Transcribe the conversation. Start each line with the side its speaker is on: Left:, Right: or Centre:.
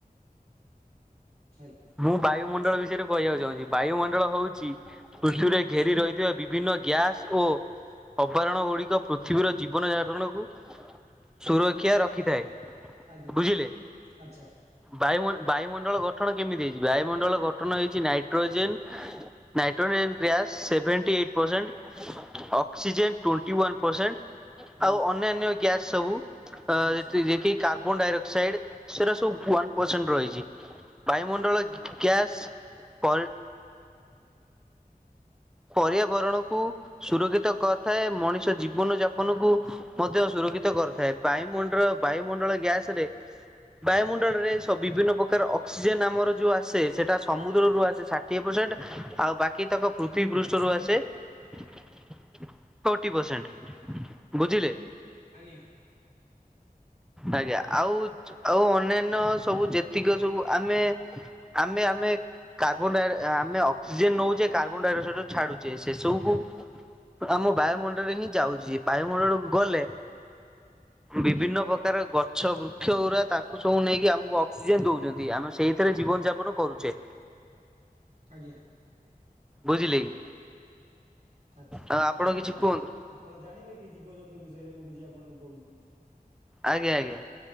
Right: <unintelligible>
Centre: ମୁଁ ବାୟୁମଣ୍ଡଳ ବିଷୟରେ କହିବାକୁ ଚାହୁଁଚି। ବାୟୁମଣ୍ଡଳ ହଉଚି ପୃଥିବୀରେ ଘେରି ରହିଥିବା ବିଭିନ୍ନ ଗ୍ୟାସ ଓ ଅପାରଣ ଗୁଡିକ ପୃଥିବୀର ଜୀବନ ଯାପନକୁ ସୁରକ୍ଷା ରଖିଥାଏ।
Right: ଆଜ୍ଞା
Centre: ବୁଝିଲେ।
Right: ଆଚ୍ଛା।
Centre: ବାୟୁ ବାୟୁମଣ୍ଡଳ ଗଠନ କେମିତି ହେଇଛି ବାୟୁମଣ୍ଡଳ ଗଠନ ହେଇଛି nitrogen nitrogen gas seventy eight percent oxygen twenty one percent
Right: ଆଜ୍ଞା
Centre: ଆଉ ଅନ୍ୟାନ୍ୟ ଗ୍ୟାସ ସବୁ ଅ
Right: ଆଚ୍ଛା
Centre: ଯେ ଯେକି କାର୍ବନ ଡାଇଅକ୍ସାଇଡ ସେରା ସବୁ ୱାନ୍ ପରସେଣ୍ଟ ରହିଛି। ବାୟୁମଣ୍ଡଳ
Right: ଆଚ୍ଛା
Centre: ଗ୍ୟାସ୍ ପରି ପରିଆବରଣ କ ସୁରକ୍ଷିତ କରିଥାଏ। ମଣିଷ ଜୀବନ ଯାପନ କୁ ମଧ୍ୟ ସୁରକ୍ଷିତ କରିଥାଏ। ବାୟୁମଣ୍ଡଳ ବାୟୁମଣ୍ଡଳ ଗ୍ୟାସ ରେ ବାୟୁମଣ୍ଡଳରେ ବିଭିନ୍ନ ପ୍ରକାର ଅକ୍ସିଜେନ ଆମର ଯୋଉ ଆସେ ସେଟା ସମୁଦ୍ରରୁ ଆସେ ଷାଠିଏ ପରସେଣ୍ଟ ଆଉ ବାକି ତକ ପୃଷ୍ଠରୁ ଆସେ <inaudible> ଫୋଟି ପରସେଣ୍ଟ ବୁଝିଲେ
Right: ଆଜ୍ଞା।
Centre: ଆଜ୍ଞା ଆଉ ଆଉ ଅନ୍ୟାନ୍ୟ ସବୁ ଯେତିକି ସବୁ ଆମେ ଆମେ ଆମେ କାର୍ବନ ଆମେ ଅକ୍ସିଜେନ ନଉଛେ କାର୍ବନ ଡାଇଅକ୍ସାଇଡ ଛାଡୁଛେ। ସେ ସବୁକୁ ଆମ ବାୟୁମଣ୍ଡଳରେ ହିଁ ଯାଉଛିେ ବାୟୁମଣ୍ଡଳ ଗଲେ ବିଭିନ୍ନ ସ ପ୍ରକାର ଗଛ ବୃକ୍ଷ ହୁରା ତାଙ୍କୁ ସବୁ ନେଇକି ଆମକୁ ଅକ୍ସିଜେନ ଦଉଛନ୍ତି। ଆମେ ସେଇଥିରେ ଜୀବନ ଯାପନ କରୁଛେ।
Right: ଆଜ୍ଞା।
Centre: ବୁଝିଲେ କି
Right: ଆଚ୍ଛା
Centre: ଆଉ
Right: ଆପଣ
Centre: କିଛି କୁହନ୍ତୁ
Right: ଆପଣ ଜାଣିବେ କି ଜୀବଜନ୍ତୁ ବିଷୟରେ ମୁଁ କିଛି ଆପଣଙ୍କୁ କହୁଛି।
Centre: ଆଜ୍ଞା ଆଜ୍ଞା।